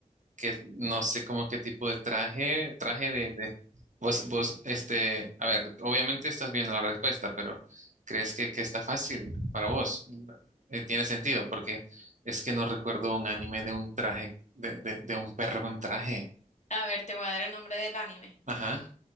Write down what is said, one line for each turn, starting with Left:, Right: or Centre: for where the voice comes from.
Right: que no sé cómo qué tipo de traje, traje de, de- vos, vos, este, a ver, obviamente estás viendo la respuesta, pero ¿crees que, que está fácil para vos? Eh, tiene sentido, porque es que no recuerdo un anime de un traje, de, de, de un perro con traje.
Left: A ver, te voy a dar el nombre del anime.
Right: Ajá.